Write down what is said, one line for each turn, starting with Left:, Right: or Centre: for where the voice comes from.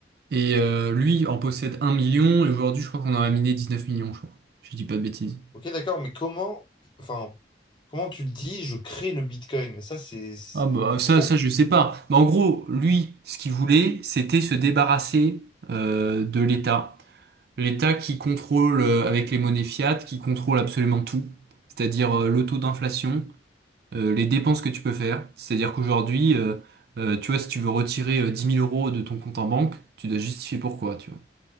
Right: et euh, lui en possède un million, et aujourd'hui, je crois qu'on en a miné 19 millions, je crois. si Je dis pas de bêtises.
Left: ok, d'accord, mais comment, enfin, comment tu te dis je crée le Bitcoin? Ça, c'est c'est-
Right: Ah bah, ça,
Left: pour.
Right: ça, je sais pas. Bah, en gros, lui, ce qu'il voulait, c'était se débarrasser euh, de l'État. L'État qui contrôle, euh, avec les monnaies fiat, qui contrôle absolument tout, c'est-à-dire euh, le taux d'inflation, euh, les dépenses que tu peux faire. C'est-à-dire qu'aujourd'hui, euh, euh, tu vois, si tu veux retirer euh, 10 000 euros de ton compte en banque, tu dois justifier pourquoi, tu vois.